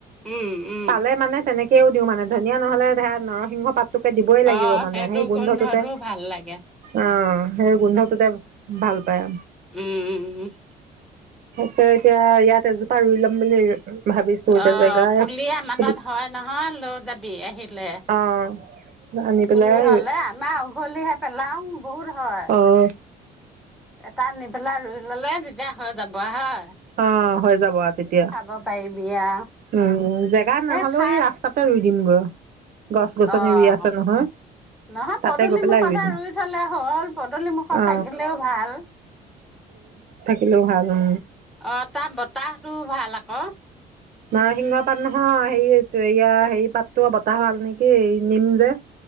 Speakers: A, in the centre; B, on the right (about 55°).
A: উম, উম,
B: পালে মানে তেনেকে কেয়াও দিওঁ মানে ধনীয়া নহ'লে ধে নৰ সিংহ পাতটোকে দিবই লাগিব
A: অ',
B: মানে
A: সেইটো
B: সেই গোন্ধটোতে
A: গোন্ধটো ভাল লাগে।
B: অ', হে গোন্ধ তে ভাল পায়।
A: উম ',- উম', - উম',
B: তয়া এতিয়া ইয়াত এজোপা ৰুই লম বুলি ভাবিছো এতিয়া
A: অ',
B: জেগাই
A: পুলি আমাৰ তাত হয় নহয় লৈ যাবি আহিলে।
B: অ', আনি পেলাই
A: পুলি হ'লে আমাৰ উঘলিহে পেলাও। বহুত হয়
B: অ'
A: এটা আনি পেলাই ৰুই ল'লে তেতিয়া হৈ যাব হয়।
B: অ' হৈ যাব আৰু তেতিয়া
A: খাব পাৰিবি আৰু
B: উম উম জেগা
A: সেই
B: নহলেও
A: খাই
B: ই ৰাস্তাতে ৰুই দিমগৈ। গছ গছনি
A: অ'
B: ৰুই আছে নহয়
A: নহয়
B: তাতে
A: পদূলি
B: গৈ পেলাই
A: মুখত এ
B: দিম
A: ৰুই থলে হ'ল পদূলি মুখত
B: অ'
A: থাকিলেও ভাল।
B: কিনো ভাল হ'ল
A: অ' তাৰ বতাহটো ভাল আক।
B: নৰসিংহ পাত নহয় হে এয়া হেৰি পাতটো বতাহ ভাল নেকি নিম যে?